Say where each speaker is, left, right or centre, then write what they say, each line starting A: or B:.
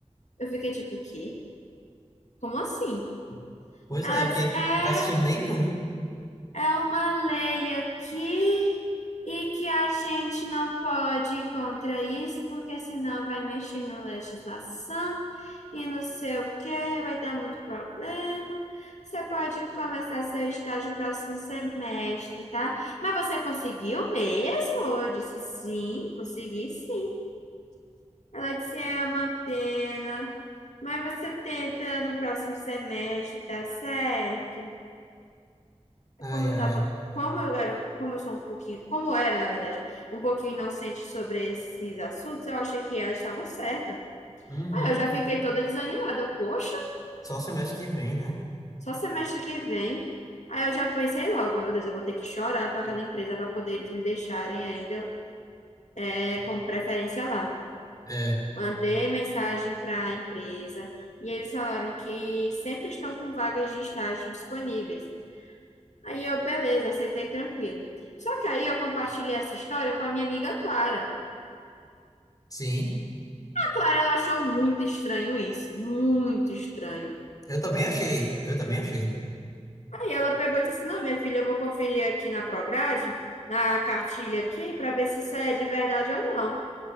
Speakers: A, on the left (about 80°); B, on the left (about 30°).
A: Eu fiquei tipo, o quê? Como assim?
B: Pois
A: Ela
B: é, porque
A: disse: É.
B: não faz sentido nenhum.
A: É uma lei aqui e que a gente não pode ir contra isso, porque senão vai mexer na legislação e não sei o que, vai dar muito problema. Você pode começar seu estágio próximo semestre, tá? Mas você conseguiu mesmo? Eu disse sim, consegui sim. Ela disse é uma pena, mas você tenta no próximo semestre, tá certo?
B: Ai,
A: como eu
B: ai.
A: tava, como eu era, um- como eu sou um pouquinho, como eu era, na verdade, um pouquinho inocente sobre esses assuntos, eu achei que ela estava certa.
B: Uhum.
A: Aí eu já fiquei toda desanimada. Eu, Poxa,
B: Só semestre que vem, né?
A: só semestre que vem. Aí eu já pensei logo, meu Deus, eu vou ter que chorar para aquela empresa para poder eles me deixarem ainda é, como preferência lá.
B: É,
A: Mandei mensagem para a empresa e eles falaram que sempre estão com vagas de estágio disponíveis. Aí eu, beleza, aceitei tranquilo. Só que aí eu compartilhei essa história com a minha amiga Clara.
B: sim.
A: A Clara, ela achou muito estranho isso, muito estranho.
B: Eu também achei, eu também achei.
A: Aí ela pegou e disse assim, não, minha filha, eu vou conferir aqui na Prograde, na cartilha aqui, para ver se isso é de verdade ou não.